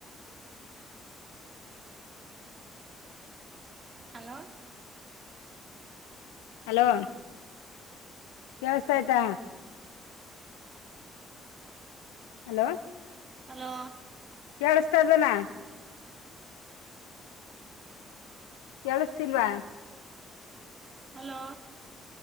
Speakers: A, on the right; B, on the left.
A: ಹಲೋ <unintelligible>
B: ಹಲೋ ಕೆವಸಥ ಆಯ್ತಾ ಹಲೋ
A: ಹಲೋ
B: ಕೇಳಸ್ತಾ ಇದಲ್ಲ ಕೇಳಸ್ತಿಲ್ವಾ
A: ಹಲೋ